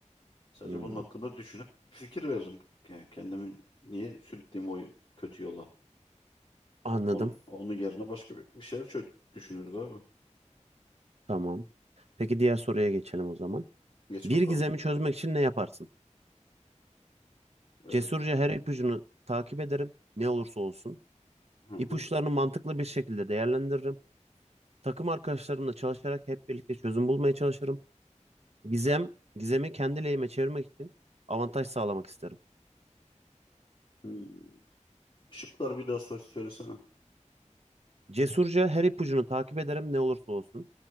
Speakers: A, on the left (about 40°); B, on the right (about 55°).
A: Sadece
B: Hmm,
A: bunun hakkında düşünüp fikir veririm. Yani kendimi niye sürükleyeyim o kötü yola?
B: anladım.
A: Onun, onun yerine başka bir, bir şeyler çö- düşünürüz abi.
B: Tamam. Peki diğer soruya geçelim o zaman.
A: Geç
B: Bir
A: bakalım.
B: gizemi çözmek için ne yaparsın?
A: Evet.
B: Cesurca her ipucunu takip ederim. Ne olursa olsun.
A: Hı hı.
B: İpuçlarını mantıklı bir şekilde değerlendiririm. Takım arkadaşlarımla çalışarak hep birlikte çözüm bulmaya çalışırım. Gizem, gizemi kendi lehime çevirmek için avantaj sağlamak isterim.
A: Hmm. Şıklar bir daha sö- söylesene.
B: Cesurca her ipucunu takip ederim ne olursa olsun.